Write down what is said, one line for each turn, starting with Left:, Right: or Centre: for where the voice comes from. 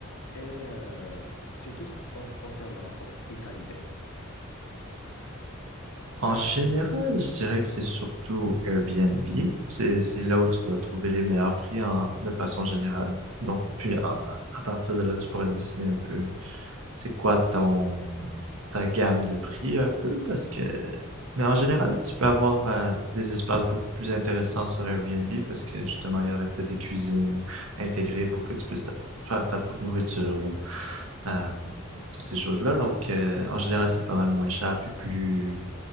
Left: et euh, surtout ce qui- en ce qui concerne le rapport prix-qualité.
Right: En général, je dirais que c'est surtout Airbnb. C'est c'est là où tu vas trouver les meilleurs prix en, de façon générale. Donc, puis à, à- à partir de là, tu pourrais décider un peu C'est quoi ton ta gamme de prix un peu? Parce que. Mais en général, tu peux avoir euh, des espaces beaucoup plus intéressants sur Airbnb parce que justement, il y aurait peut-être des cuisines intégrées pour que tu puisses ta- faire ta propre nourriture ou euh, toutes ces choses-là. Donc, euh, en général, c'est pas mal moins cher puis plus,